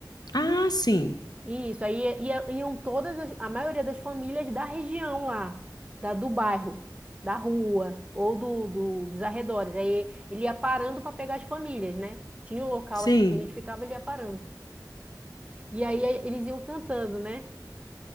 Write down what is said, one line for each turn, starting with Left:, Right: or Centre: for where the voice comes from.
Left: Ah, sim,
Right: Isso, aí ia- iam todas, as- a maioria das famílias da região lá, da, do bairro, da rua, ou do, do- dos arredores. Aí ele ia parando para pegar as famílias, né? Tinha um local
Left: sim.
Right: assim que a gente ficava, ele ia parando. E aí é, eles iam cantando, né?